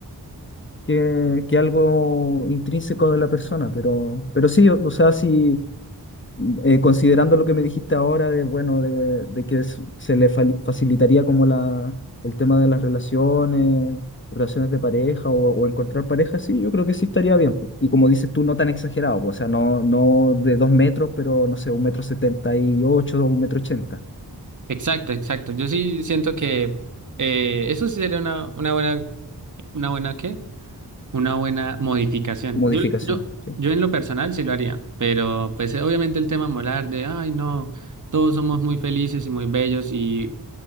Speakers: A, on the left; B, on the right.
A: que, que algo intrínseco de la persona. Pero, pero sí, o, o sea, sí eh, considerando lo que me dijiste ahora de, bueno, de, de que s- se le fal- facilitaría como la, el tema de las relaciones, relaciones de pareja o, o encontrar pareja, sí, yo creo que sí estaría bien. pues. Y como dices tú, no tan exagerado, pues, o sea, no, no de dos metros, pero no sé, un metro setenta y ocho o un metro ochenta.
B: Exacto, exacto. Yo sí siento que eh, eso sí sería una, una buena, una buena ¿qué? Una buena modificación.
A: Modificación.
B: Yo, yo,
A: Sí,
B: yo en lo personal sí lo haría, pero pues eh, obviamente el tema molar de, ay no, todos somos muy felices y muy bellos y